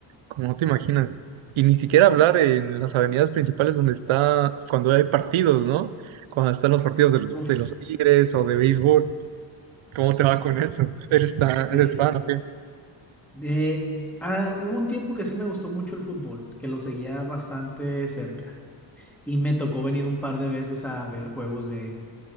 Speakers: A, on the right; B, in the centre.
A: como no te imaginas. Y ni siquiera hablar en las avenidas principales donde está, cuando hay partidos, ¿no? Cuando están los partidos de los,
B: Uf.
A: de los Tigres o de béisbol, ¿cómo te va con eso? <laughs> Eres, tan,
B: Sí.
A: eres fan, ¿o qué?
B: De, ah, hubo un tiempo que sí me gustó mucho el fútbol, que lo seguía bastante cerca. Y me tocó venir un par de veces a ver juegos de,